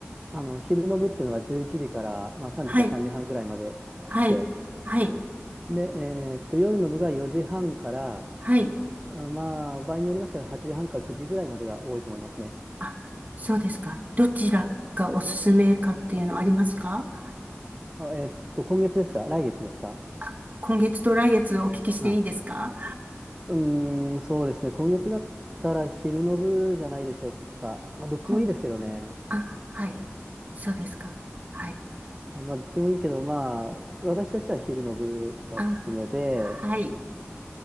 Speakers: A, on the right; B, on the right.
A: あの、昼の部っていうのが11時から、まあ、3時か3時半ぐらいまであって、
B: はい、はい、はい、
A: で、えーっと、夜の部が4時半から、
B: はい。
A: あまあ、場合によりますけど、8時半か9時ぐらいまでが多いと思いますね。
B: あ、そうですか。どちらがおすすめかっていうのありますか
A: あ、えーっと、今月ですか来月ですか
B: あ、今月と来月お聞きしていいですか
A: うんうーん、そうですね。今月だったら昼の部じゃないでしょうか。まあ、どっちもいいですけどね。
B: 今、あ、はい。そうですか。はい。
A: はい、まあ、どっちもいいけど、まあ、私としては昼の部がおすすめで、
B: あ、はい。